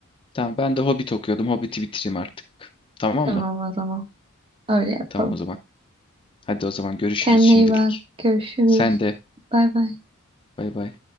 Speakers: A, on the left (about 25°); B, on the right (about 25°).
A: Tamam ben de Hobbit okuyordum. Hobbit'i bitireyim artık. Tamam
B: Tamam
A: mı?
B: o zaman. Öyle yapalım.
A: Tamam o zaman. Hadi o zaman görüşürüz
B: Kendine
A: şimdilik.
B: iyi bak. Görüşürüz.
A: Sen de
B: Bay bay.
A: bay bay.